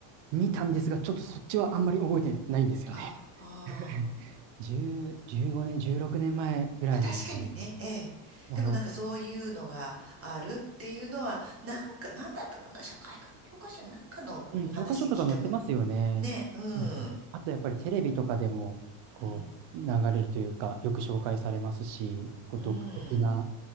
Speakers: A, on the right; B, on the right.
A: 見たんですが、ちょっとそっちはあんまり覚えてないんですよね。
B: ああ
A: <laughs> 10、15年、16年前ぐらいなんですね。
B: まあ、確かにね、ええ。
A: あの、
B: でもなんかそういうのがあるっていうのは、なんか、なんだったかな、社会科の教科書なんかの、うん、
A: うん、教科書とか載ってますよね。
B: 話で聞いたこと。ね、う
A: うんうんあとやっぱりテレビとかでも、
B: ん、
A: こう、
B: うん。
A: 流れるというか、よく紹介されますし、こう独特な、
B: うん。